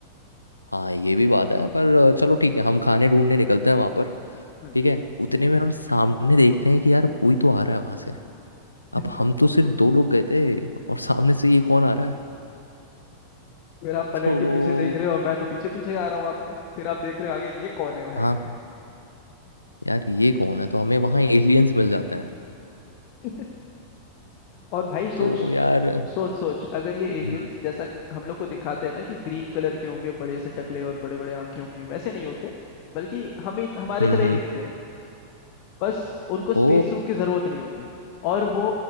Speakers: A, on the left; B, on the left.
A: हाँ ये भी बात है पर चलो ठीक है हम खाने ढूंढने निकलते हैं वहां पर
B: हम्म
A: ठीक है उतने में हम सामने देखते हैं कि यार कोई तो आ रहा है वहां से
B: <laughs>
A: अब हम तो सिर्फ दो लोग गए थे और सामने से ये कौन आ रहा है
B: फिर आप पलट
A: तो
B: के पीछे देख रहे हो और मैं तो पीछे पीछे आ रहा हूँ आपके फिर आप देख रहे हो आगे ये कौन है भाई
A: हाँ यार ये कौन है तो हमें वहाँ एलियंस मिल जाते हैं
B: <laughs> और भाई सोच
A: तो यार
B: सोच सोच अगर ये एलियंस
A: हम्म
B: जैसा हम लोग को दिखाते हैं ना कि ग्रीन कलर के होंगे बड़े से टकले और बड़े बड़े आंखें होंगी वैसे नहीं होते बल्कि हमें हमारे
A: हम्म
B: तरह ही
A: हम्म।
B: दिखते हैं बस उनको स्पेस
A: ओ
B: सूट की जरूरत नहीं होती और वो